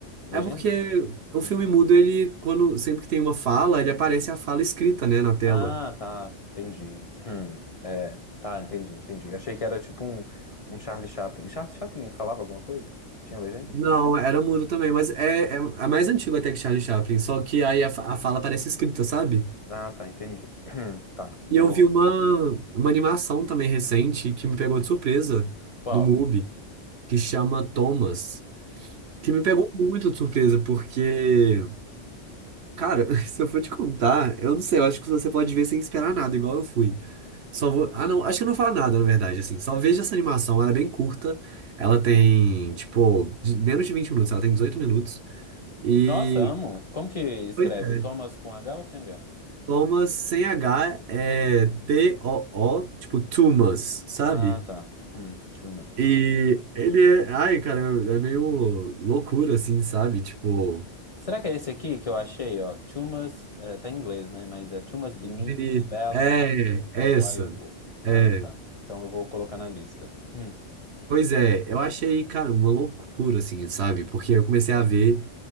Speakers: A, on the left; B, on the right.
A: Legenda?
B: É porque o
A: Hum.
B: filme mudo, ele, quando sempre que tem uma fala, ele aparece a fala escrita, né, na tela.
A: Ah, tá, entendi. Hum. É, tá, entendi, entendi. Achei que era tipo um, um Charlie Chaplin. Charlie Chaplin falava alguma coisa? Tinha legenda?
B: Não, era mudo também, mas é, é, é mais antigo até que Charlie Chaplin, só que aí a, fa- a fala parece escrita, sabe?
A: Ah, tá, entendi. Hum, Tá, vou.
B: E eu vi uma, uma animação também recente que me pegou de surpresa
A: Qual?
B: no MUBI, que chama Thomas. que me pegou muito de surpresa, porque, cara, <laughs> se eu for te contar, eu não sei, eu acho que você pode ver sem esperar nada, igual eu fui. Só vou. Ah, não, acho que eu não falo nada, na verdade, assim. Só veja essa animação, ela é bem curta. Ela tem, tipo, de- menos de vinte minutos, ela tem dezoito minutos. E.
A: Nossa, amo. Como que escreve?
B: Pois é.
A: Thomas com H ou sem H?
B: Thomas sem H é T-O-O, tipo, Tumas, sabe?
A: Ah, tá. Hum, Tumas.
B: E ele é. Ai, cara, é meio loucura, assim, sabe? Tipo.
A: Será que é esse aqui que eu achei, ó? Tumas, eh, tá em inglês, né? Mas é Tumas Beneath
B: Benito.
A: the Valley
B: É, é
A: of
B: essa.
A: Wild Wolves. Ah,
B: É.
A: tá. Então eu vou colocar na lista. Hum.
B: Pois é, eu achei, cara, uma loucura, assim, sabe? Porque eu comecei a ver,